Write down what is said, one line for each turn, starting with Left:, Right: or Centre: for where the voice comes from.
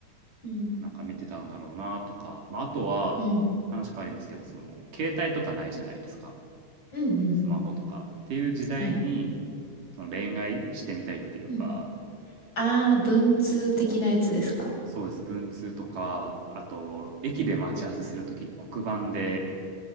Left: うん、
Right: なんか見てたんだろうなとか、まあ、あとは話変わりますけどその携帯とかないじゃないですか
Left: うん、うん、うん、
Right: スマホとかっていう時代に
Left: うん。はい。
Right: その恋愛してみたいっていうか
Left: うん。ああ、文通的なやつですか。
Right: そうです文通とかあと駅で待ち合わせする時に黒板で